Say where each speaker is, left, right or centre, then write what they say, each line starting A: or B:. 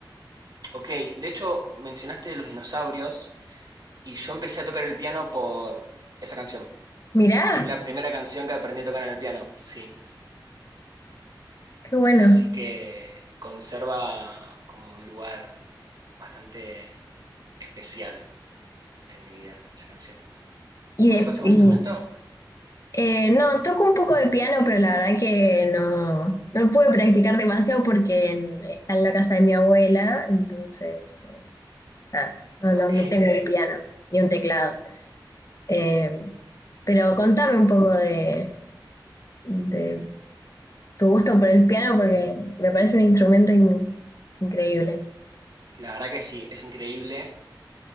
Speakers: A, on the right (about 55°); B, on the left (about 45°).
A: ok, de hecho mencionaste los dinosaurios Y yo empecé a tocar el piano por esa canción.
B: Mirá,
A: Es la primera canción que aprendí a tocar en el piano, sí.
B: qué bueno.
A: Así que conserva como un lugar bastante especial en mi vida esa canción.
B: Y,
A: ¿Vos
B: de-
A: tocas algún
B: y,
A: instrumento?
B: eh, no, toco un poco de piano, pero la verdad que no, no pude practicar demasiado porque en- está en la casa de mi abuela, entonces eh, nada, no, no,
A: Ok.
B: no tengo un piano ni un teclado. Eh, pero contame un poco de, de tu gusto por el piano porque me parece un instrumento in- increíble.
A: La verdad que sí, es increíble.